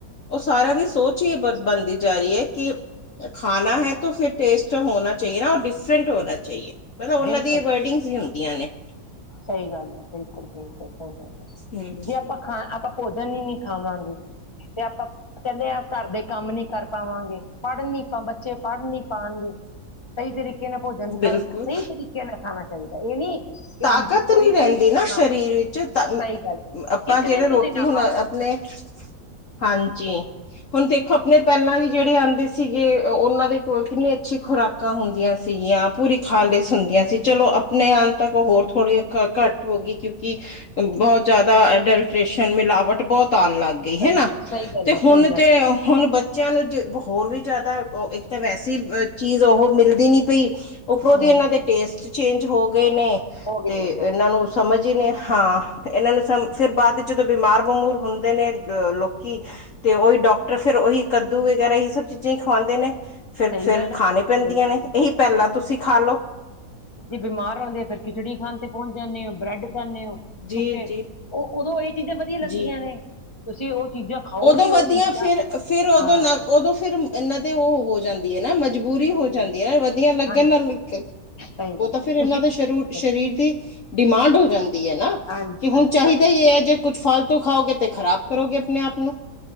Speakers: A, on the left; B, on the left.
A: ਉਹ ਸਾਰਿਆਂ ਦੀ ਸੋਚ ਹੀ ਬਸ। ਬਣਦੀ ਜਾ ਰਹੀ ਹੈ, ਕਿ ਖਾਣਾ ਹੈ। ਤੋਂ ਫੇਰ, ਟੇਸਟ ਜੋ ਹੋਣਾ ਚਾਹੀਏ ਨਾ ਔ ਡਿਫਰੈਂਟ ਹੋਣਾ ਚਾਹੀਏ। ਮਤਲਬ ਉਹਨਾਂ
B: ਬਿਲਕੁਲ
A: ਦੀਆਂ ਵਰਡਿੰਗ ਹੀ ਹੁੰਦੀਆਂ ਨੇ।
B: ਸਹੀ ਗੱਲ ਹੈ। ਬਿਲਕੁਲ- ਬਿਲਕੁਲ ਸਹੀ ਗੱਲ
A: ਹਮ
B: ਜੇ ਆਪਾਂ ਖਾਨ ਆਪਾਂ। ਭੋਜਨ ਹੀ, ਨੀ ਖਾਵਾਂਗੇ। ਤੇ, ਆਪਾਂ ਕਹਿੰਦੇ ਆ ਘਰ ਦੇ ਕੰਮ ਨੀ ਕਰ ਪਾਵਾਂਗੇ। ਪੜ ਨੀ ਪਾ, ਬੱਚੇ ਪੜ ਨੀ ਪਾਉਣਗੇ। ਸਹੀ ਤਰੀਕੇ ਨਾਲ ਭੋਜਨ
A: ਬਿਲਕੁਲ
B: ਖਾ, ਸਹੀ ਤਰੀਕੇ ਨਾਲ ਖਾਣਾ ਚਾਹੀਦਾ, ਇਹ ਨੀ। ਕਿ
A: ਤਾਕਤ
B: ਕੋਈ
A: ਨਹੀਂ ਰਹਿੰਦੀ
B: ਵੀ ਹਾਂ
A: ਨਾ ਸਰੀਰ ਵਿੱਚ। ਤਾਂ ਹੀ
B: ਸਹੀ ਗੱਲ
A: ਆਪਾਂ,
B: ਇੱਕ
A: ਜਿਹੜੇ
B: ਦਿਨ
A: ਰੋਟੀ
B: ਤੁਸੀਂ ਨਾ
A: ਹੁਣ
B: ਖਾਓ
A: ਆਪਣੇ। ਹਾਂਜੀ। ਹੁਣ ਦੇਖੋ ਆਪਣੇ ਪਹਿਲਾਂ ਵੀ ਜਿਹੜੇ ਆਉਂਦੇ ਸੀਗੇ। ਉਹਨਾਂ ਦੇ ਕੋ ਕਿੰਨੀ ਅੱਛੀ ਖੁਰਾਕਾਂ ਹੁੰਦੀਆਂ ਸੀਗੀਆਂ। ਪੂਰੀ
B: ਸਹੀ
A: ਖਾਲਸ ਹੁੰਦੀਆਂ ਸੀ। ਚਲੋ, ਆਪਣੇ ਅ ਤ ਹੋਰ ਥੋੜੀ ਘੱਟ ਹੋ ਗਈ। ਕਿਉਂਕਿ ਬਹੁਤ ਜਿਆਦਾ ਅਡਲਟੇਸ਼ਨ, ਮਿਲਾਵਟ ਬਹੁਤ, ਤਣ ਲੱਗ ਗਈ ਹਨਾ।
B: ਸਹੀ ਸਹੀ ਗੱਲ
A: ਤੇ
B: ਹੈ
A: ਹੁਣ
B: ਸਹੀ ਗੱਲ
A: ਤੇ ਹੁਣ ਬ- ਬੱਚਿਆਂ ਨੂੰ ਜ ਹੋਰ ਵੀ ਜ਼ਿਆਦਾ, ਇੱਕ ਤਾਂ ਵੈਸੇ ਚੀਜ਼ ਉਹ ਮਿਲਦੀ ਨੀ ਪਈ। ਉਪਰੋਂ
B: ਹਮ
A: ਦੀ ਇਹਨਾਂ ਦੇ, ਟੇਸਟ ਚੇਂਜ ਹੋ ਗਏ ਨੇ,
B: ਹੋ ਗਏ
A: ਤੇ ਇਹਨਾਂ
B: ਹੋ ਗਏ
A: ਨੂੰ ਸਮ- ਜੀ ਨੇ, ਹਾਂ। ਇਹਨਾਂ ਨੂੰ ਫੇਰ ਬਾਅਦ ਜਦੋਂ ਬਿਮਾਰ ਬਮੂਰ ਹੁੰਦੇ ਨੇ ਅ ਲੋਕੀ। ਤੇ ਉਹੀ ਡਾਕਟਰ ਫੇਰ, ਉਹੀ ਕੱਦੂ ਵਗੈਰਾ ਹੀ ਸਭ ਚੀਜ਼ਾਂ। ਖਵਾਉਂਦੇ ਨੇ ਫੇਰ,
B: ਸਹੀ
A: ਫੇਰ
B: ਗੱਲ ਹੈ
A: ਖਾਣੀ ਪੈਂਦੀਆਂ
B: ਬਿਲਕੁਲ
A: ਨੇ ਇਹੀ ਪਹਿਲਾਂ ਤੁਸੀਂ ਖਾ ਲਓ।
B: ਜੀ ਬਿਮਾਰ। ਹੁੰਦੇ ਫਿਰ ਖਿਚੜੀ ਖਾਣ ਤੇ ਪਹੁੰਚ ਜਾਂਨੇ ਆ ਬ੍ਰੈੱਡ ਖਦੇ ਹੋ
A: ਜੀ
B: ਸੁੱਕੇ
A: ਜੀ
B: ਉਹ ਉਦੋਂ ਇਹ ਚੀਜ਼ਾਂ ਵਧੀਆ ਲੱਗਦੀਆਂ
A: ਜੀ
B: ਨੇ ਤੁਸੀਂ ਉਹ, ਚੀਜ਼ਾਂ ਖਾਓ
A: ਉਦੋਂ
B: ਹੀ
A: ਵਧੀਆ
B: ਉਹ ਚੀਜ਼ਾਂ
A: ਫਿਰ-ਫਿਰ ਉਦੋਂ-ਉਦੋਂ
B: ਹਾਂ
A: ਫਿਰ, ਇਹਨਾਂ ਤੇ ਉਹ ਹੋ ਜਾਂਦੀ ਹੈ ਨਾ ਮਜਬੂਰੀ ਹੋ ਜਾਂਦੀ ਹੈ ਨਾ ਵਧੀਆ ਲੱਗਣ
B: ਹਾਂਜੀ
A: ਨਾ ਲਣ
B: ਸਹੀ
A: ਉਹ
B: ਗੱਲ
A: ਤਾਂ
B: ਹੈ।
A: ਫਿਰ ਇਹਨਾਂ
B: ਤੁਸੀਂ
A: ਦੇ
B: ਸਹੀ
A: ਸ਼ਰ ਸਰੀਰ
B: ਗੱਲ,
A: ਦੀ ਡਿਮਾਂਡ ਹੋ ਜਾਂਦੀ ਹੈ ਨਾ
B: ਹਾਂਜੀ
A: ਕਿ ਹੁਣ
B: ਹਾਂਜੀ
A: ਚਾਹੀਦਾ
B: ਪਰ ਤੁਸੀਂ
A: ਹੀ, ਹੈ ਜੇ ਕੁੱਛ ਫਾਲਤੂ ਖਾਓਗੇ ਤੇ ਖਰਾਬ ਕਰੋਗੇ ਆਪਣੇ ਆਪ ਨੂੰ